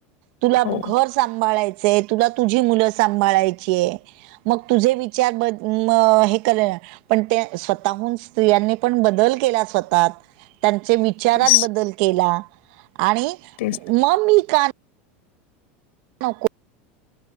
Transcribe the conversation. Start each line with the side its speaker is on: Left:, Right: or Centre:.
Right: तुला
Left: हो
Right: घर सांभाळायचंय तुला तुझी मुलं सांभाळायचीय मग तुझे विचार ब हे कर पण ते स्वतःहून स्त्रियांनी पण बदल केला स्वतात त्यांचे विचारात
Left: तेच
Right: बदल केला मग
Left: तेच
Right: मी का नको